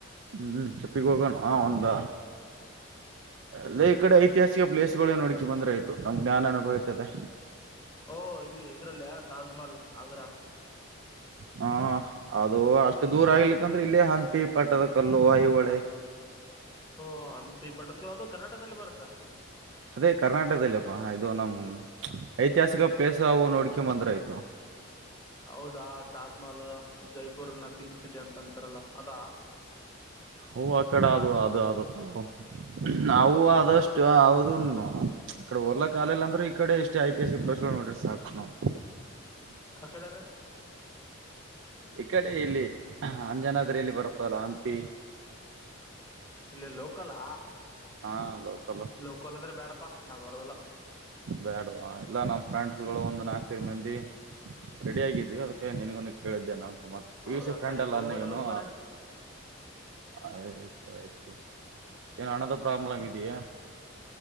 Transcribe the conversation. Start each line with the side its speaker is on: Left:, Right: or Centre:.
Right: ಹ್ಮ್್ಮ ಪ್ಪಿಗೋನವ ಒಂದ ಅಲ್ಲೇ ಈ ಕಡೆ ಐತಿಹಾಸಿಕ ಪ್ಲೇಸ್ಗಳೇ ನೋಡ್ಕಿ ಬಂದ್ರೆ ಆಯ್ತು ನಮ್ಗ್ ಜ್ಞಾನ ಅನುಭವತದೆ
Left: ಓ ಇಲ್ಲಿ ಇದ್ರಲ್ಲಿಯ ತಾಜ್ಮಹಲ್ ಆಗ್ರ
Right: ಹಾ ಅದು ಅಷ್ಟು ದೂರ ಆಗ್ಲಿಕ್ಕಂದ್ರೆ ಇಲ್ಲೇ ಹಂಪಿ ಪಟ್ಟದ ಕಲ್ಲು ಹಐಹೊಳೆ
Left: ಓ ಈ ಪಟದ ಅದು ಕರ್ನಾಟಕದಲ್ಲಿ ಬರುತ್ತೆ
Right: ಅದೇ ಕರ್ನಾಟಕದಲ್ಲಿಪ್ಪಾ ಇದು ನಮ್ಮ ಐತಿಹಾಸಿಕ ಪ್ಲೇಸ್ ಅವು ನೋಡ್ಕೊ ಬಂದ್ರ ಆಯ್ತು
Left: ಹೌದಾ ತಾಜ್ಮಹಲ್ ಜೈಪುರ್ ನ ಪಿಂಕ್ ಸಿಟಿ ಅಂತ ಅಂತಾರಲ್ಲ ಅದಾ
Right: ಅವು ಅಕಡೆ ಅದು ಅದು ಅಪ್ಪ ಅವು ಆದಷ್ಟು ಹದ ಅಕಡೆ ಹೋರ್ಲಾ ಕಾಲಲ್ಲ ಅಂದ್ರೂ ಈಕಡೆ ಎಷ್ಟೇ ಐತಿಹಾಸಿಕ ಪ್ಲೇಸ್ ಗಳು ನೋಡಿರಿ ಸಾಕು ನವು
Left: ಅ ಕಡೆ ಅಂದ್ರೆ
Right: ಈ ಕಡೆ ಇಲ್ಲಿ ಅಂಜನಾದ್ರಲ್ಲಿ ಬರುತ್ತದಲ್ಲ ಹಂಪಿ
Left: ಇ ಲೋಕಲಾ
Right: ಹಾ ಲೋಕಲ್
Left: ಲೋಕೋಲ್ ಅಂದ್ರೆ ಬ್ಯಾಡಪ್ಪಾ ನಾ ಬರದಲ್ಲ
Right: ಬೇಡವಾ ಇಲ್ಲ ನಮ್ಮ ಫ್ರೆಂಡ್ಸ್ಗಳು ಒಂದು ನಾಲ್ಕೈದು ಮಂದಿ ರೆಡಿ ಆಗಿದ್ವಿ ಅದಕ್ಕೆ ನಿನಗ ಕೇಳಿದ್ದೆ ನಾವು ಮತ್ ಪಿಯುಸಿ
Left: ಹೌದಾ
Right: ಫ್ರೆಂಡ್
Left: ಸರಿ
Right: ಅಲ್ಲ
Left: ಹೋಗಿ
Right: ನೀನು
Left: ಬರ್ರಿ ಹೋಗಿ ಬರ್ರಿ
Right: ಆಯ್ತು ಆಯ್ತು ಏನು ಹಣದು ಪ್ರಾಬ್ಲಮ್ಮಿದಿಯಾ